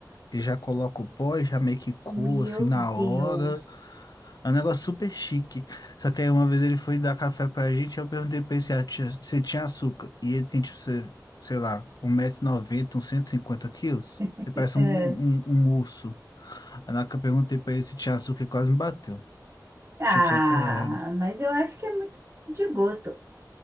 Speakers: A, on the left; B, on the right.
A: ele já coloca o pó e já meio que coa
B: Meu
A: assim na hora.
B: Deus.
A: É um negócio super chique. Só que aí uma vez ele foi dar café pra gente, eu perguntei pra ele se, a- tinha- se tinha açúcar. E ele tem, tipo, se- sei lá, um 1,90m, uns 150 quilos.
B: <laughs>
A: Ele parece um, um, um urso. Aí na hora que eu perguntei pra ele se tinha açúcar, ele quase me bateu. Eu
B: Ah,
A: Tive que sair correndo.
B: mas eu acho que é muito de gosto.